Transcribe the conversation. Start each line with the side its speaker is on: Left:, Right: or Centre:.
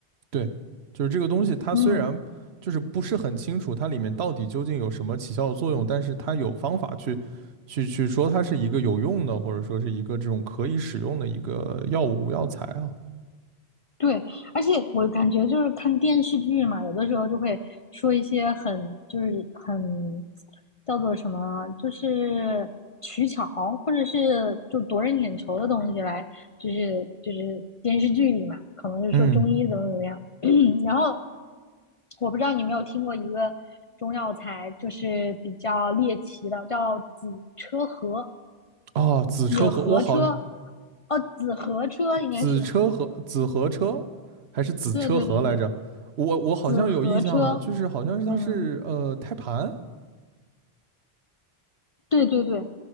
Right: 对，就是这个东西，它虽然就是不是很清楚它里面到底究竟有什么起效的作用，
Left: 嗯。
Right: 但是它有方法去去去说它是一个有用的，或者说是一个这种可以使用的一个药物药材啊。
Left: 对，而且我感觉就是看电视剧嘛，有的时候就会说一些很就是很叫做什么啊，就是取巧或者是就夺人眼球的东西来，就是就是电视剧里嘛，可能就说中医怎么怎么样。
Right: 嗯，
Left: <clears throat> 然后我不知道你有没有听过一个中药材，就是比较猎奇的，叫紫车河，
Right: 啊，子车和我好，
Left: 紫河车，哦，紫河车应该是，
Right: 子车和子和车还是子车和来着？
Left: <laughs> 对对对对，
Right: 我我好像有印象呢，
Left: 紫河车。
Right: 就是好像是它是呃胎盘
Left: 嗯，对对对，